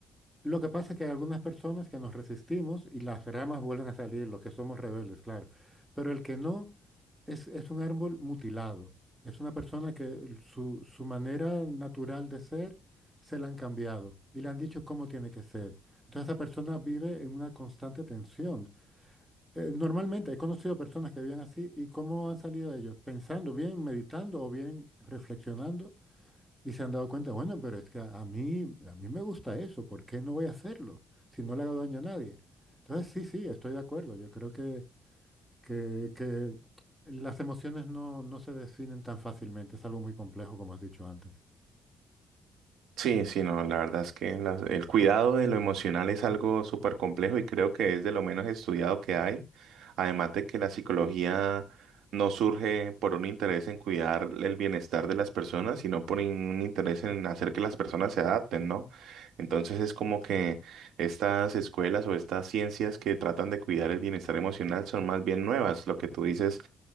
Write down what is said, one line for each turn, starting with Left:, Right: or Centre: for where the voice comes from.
Centre: Lo que pasa es que hay algunas personas que nos resistimos y las ramas vuelven a salir, los que somos rebeldes, claro. Pero el que no es, es un árbol mutilado. Es una persona que el- su, su manera natural de ser se la han cambiado y le han dicho cómo tiene que ser. Entonces esa persona vive en una constante tensión. Eh, normalmente he conocido personas que viven así y cómo han salido de ellos, pensando bien, meditando o bien reflexionando y se han dado cuenta, bueno, pero es que a a mí, a mí me gusta eso, ¿por qué no voy a hacerlo si no le hago daño a nadie? Entonces, sí, sí, estoy de acuerdo. Yo creo que, que, que las emociones no, no se definen tan fácilmente, es algo muy complejo, como has dicho antes.
Right: Sí, sí, no, la verdad es que las- el cuidado de lo emocional es algo súper complejo y creo que es de lo menos estudiado que hay. Además de que la psicología no surge por un interés en cuidar el bienestar de las personas, sino por un interés en hacer que las personas se adapten, ¿no? Entonces es como que estas escuelas o estas ciencias que tratan de cuidar el bienestar emocional son más bien nuevas. Lo que tú dices,